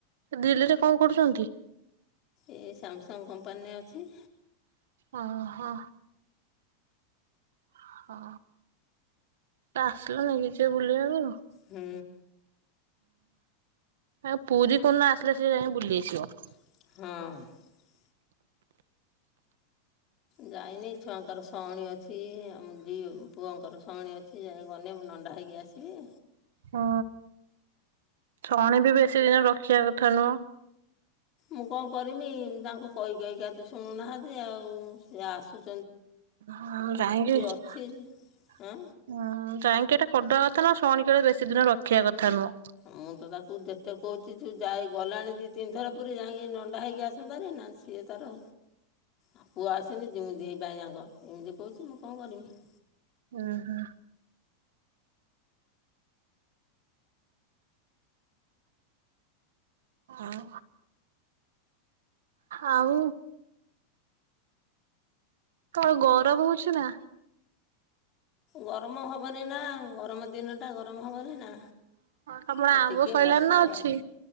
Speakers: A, on the right (about 85°); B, on the left (about 40°).
A: ସେ ଦିଲ୍ଲୀରେ କଣ କରୁଛନ୍ତି?
B: ଏ ସ୍ୟାମସଙ୍ଗ କମ୍ପାନୀରେ ଅଛି।
A: ଓ ହୋ। ହ ତ ଆସିଲେ ନେଇକି ଯିବ ବୁଲେଇଆକୁ।
B: ହୁଁ।
A: ଆଉ ପୁରୀ କୋଉଦିନ ଆସିଲେ ସେ ଯାଇଁ ବୁଲି ଆସିବ।
B: ହଁ। ଯାଇନି ଛୁଆଙ୍କର ଶଅଣୀ ଅଛି ଆମ ଦି ଉଁ ପୁଅଙ୍କର ଶଅଣି ଅଛି ଯାଇଁ ଗନେ ମୁଁ ନଣ୍ଡା ହେଇକି ଆସିବି।
A: ହଁ ଛଅଣୀ ବି ବେଶୀ ଦିନ ରଖିବା କଥା ନୁହଁ।
B: ମୁଁ କଣ କରିମି ତାଙ୍କୁ କହି କହିକା ତ ଶୁଣୁନାହାନ୍ତି ଆଉ ସେ ଆସୁ
A: ହଁ ଯାଇକିଁ ଉଁ
B: ଅଛି ହଁ
A: ଯାଇକିଁ ଏଟା କରିଦବା କଥା ନା ଶଅଣି କେବେ ବେଶୀ ଦିନ ରଖିବା କଥା ନୁହଁ।
B: ମୁଁ ତ ତାକୁ ଯେତେ କହୁଛି ତୁ ଯାଇ ଗଲାଣି ଦି ତିନିଥର ପୁରୀ ଯାଇଁକି ନଣ୍ଡା ହେଇକି ଆସନ୍ତାରି ନା ସିଏ ତାର। ଆ ପୁଅ ଆସିନି ଯିମୁ ଦି ଭାଇ ଯାଙ୍କ ଏମିତି କହୁଛି ମୁଁ କଣ କରିମି।
A: ହୁଁ ହୁଁ। ଆଉ। ଆଉ। ତ ଗରମ ହଉଛି ନା।
B: ଗରମ ହବନି ନା ଗରମ ଦିନ ଟା ଗରମ ହବନି ନା।
A: ତମର
B: ହଁ
A: ଆମ୍ବ
B: ଟିକେ
A: ସଇଲାଣି
B: ବର୍ଷା
A: ନା ଅଛି?
B: ପାଗ